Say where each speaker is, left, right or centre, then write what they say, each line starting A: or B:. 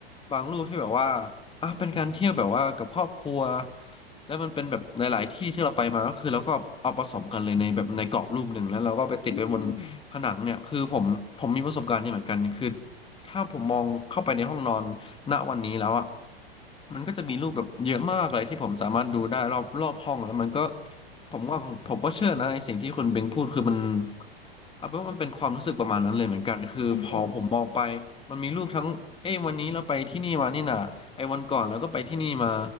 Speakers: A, on the left; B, on the left.
A: บางรูปที่แบบว่าอ่ะเป็นการเที่ยวแบบว่ากับครอบครัวแล้วมันเป็นแบบหลายๆ ที่ที่เราไปมาก็คือเราก็เอาผสมกันเลยในแบบในกรอบรูปหนึ่งแล้วเราก็ไปติดไว้บนผนังเนี่ยคือผมผมมีประสบการณ์นี้เหมือนกันคือ
B: อืม
A: ถ้าผมมองเข้าไปในห้องนอนณวันนี้แล้วอ่ะมันก็จะมีรูปแบบเยอะมากเลยที่ผมสามารถดูได้รอบรอบห้องแล้วมันก็ผมว่าผมก็เชื่อนะในสิ่งที่คุณเบงพูดคือมัน อ่ะเพราวมันเป็นความรู้สึกประมาณนั้นเลยเหมือนกันคือพอผมมองไป
B: ประโยชน์
A: มันมีรูปทั้งเอ้ยวันนี้เราไปที่นี่มานี่นะไอ้วันก่อนเราก็ไปที่นี่มา